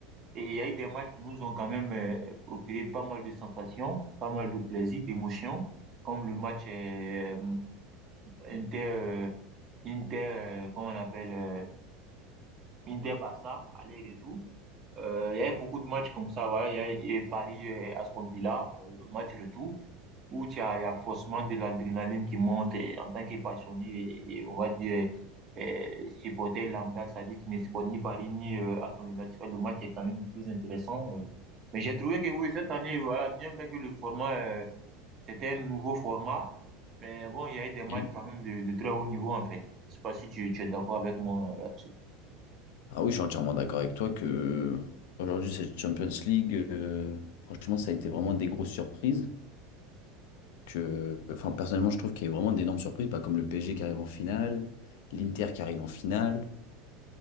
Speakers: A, on the right; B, on the left.
A: Et il y a eu des matchs qui nous ont quand même euh, procuré pas mal de sensations, pas mal de plaisir, d'émotions, comme le match euh, Inter, euh, Inter, euh, comment on appelle, euh, Inter-Barça, aller-retour. Euh, il y avait beaucoup de matchs comme ça, voilà. Il y a, il y a Paris euh, Aston Villa, euh, match retour, où tu as, il y a forcément de l'adrénaline qui monte et, en tant que passionné et, et on va dire euh, supporter lambda, c'est-à-dire qui ne supporte ni Paris ni euh, Aston Villa. Tu vois, Le match est quand même plus intéressant. euh. Mais j'ai trouvé que oui, cette année, voilà, bien vrai que le format, euh, c'était un nouveau format, mais bon, il y a eu des matchs
B: Et
A: quand même de, de très haut niveau en fait. Je sais pas si tu, tu es d'accord avec moi euh, là-dessus.
B: Ah oui, je suis entièrement d'accord avec toi que euh, aujourd'hui, cette Champions League, euh, franchement, ça a été vraiment des grosses surprises. que, enfin, personnellement, je trouve qu'il y a eu vraiment d'énormes surprises, bah, comme le PSG qui arrive en finale, l'Inter qui arrive en finale,